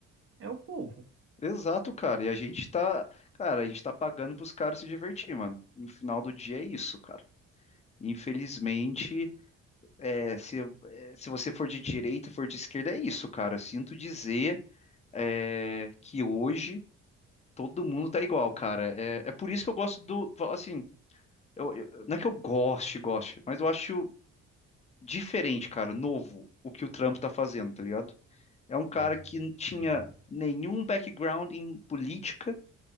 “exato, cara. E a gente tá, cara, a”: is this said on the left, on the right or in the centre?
Left